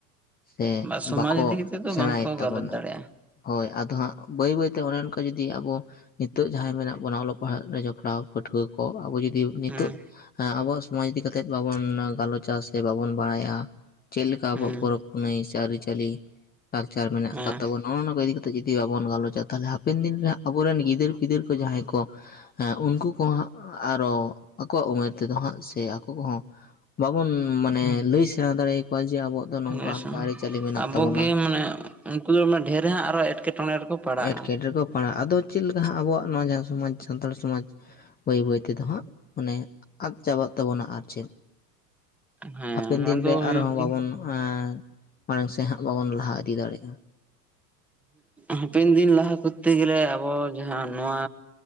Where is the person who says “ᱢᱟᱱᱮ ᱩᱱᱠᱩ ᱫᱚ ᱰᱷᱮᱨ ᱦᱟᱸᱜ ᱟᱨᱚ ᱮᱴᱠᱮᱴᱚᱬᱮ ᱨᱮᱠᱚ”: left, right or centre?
Centre